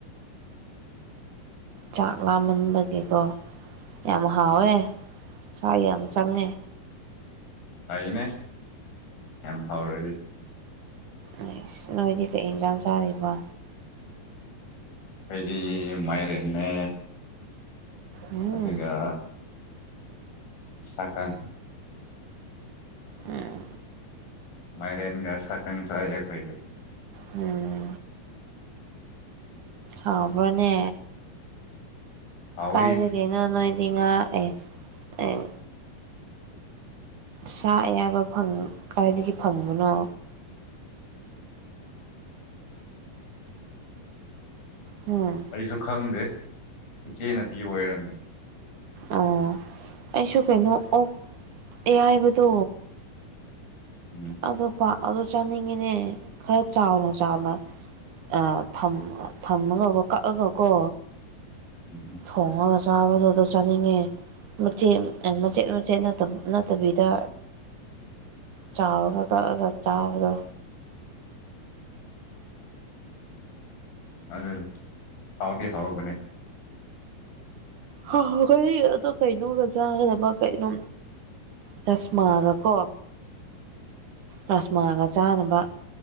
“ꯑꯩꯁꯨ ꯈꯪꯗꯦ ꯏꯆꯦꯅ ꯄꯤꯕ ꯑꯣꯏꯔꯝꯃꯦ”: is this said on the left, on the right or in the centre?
Left